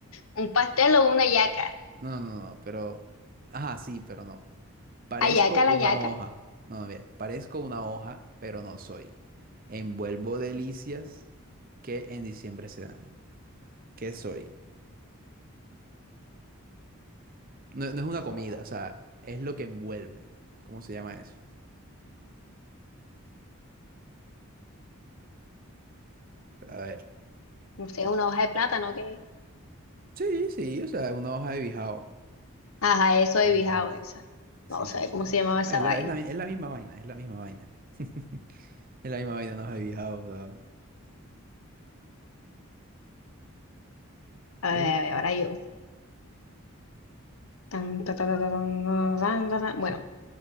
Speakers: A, on the left; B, on the right.
A: Un pastel o una yaca.
B: No, no, no, no, pero... Ajá, sí, pero no. Parezco
A: ¿Ayaca la
B: una
A: yaca?
B: hoja. No, no, mira. Parezco una hoja, pero no soy. Envuelvo delicias que en diciembre se dan. ¿Qué soy? No, no es una
A: O,
B: comida, o sea, es lo que envuelve. ¿Cómo se llama eso? A ver.
A: no sé, una hoja de plátano, ¿qué?
B: Sí, sí, o sea, es una hoja de bijao.
A: Ajá, eso he
B: Marejao.
A: bijao esa.
B: Sí,
A: No sé
B: sí, sí.
A: cómo se llamaba esa
B: Ah, Es
A: vaina.
B: la, es la, es la misma vaina, es la misma vaina. <laughs> Es la misma vaina, una hoja de bijao, o sea,
A: A
B: pero
A: ver, a ver, ahora yo. Tan, ta, ta, ta, ta, tan, ta, tan, ta, tan. Bueno,